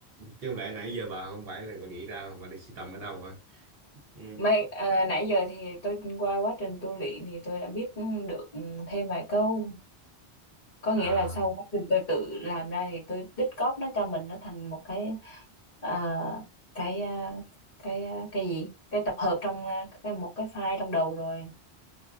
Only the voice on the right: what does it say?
chứ không lẽ nãy giờ bà không phải là bà nghĩ ra bà đi sưu tầm ở đâu hả ừ.
à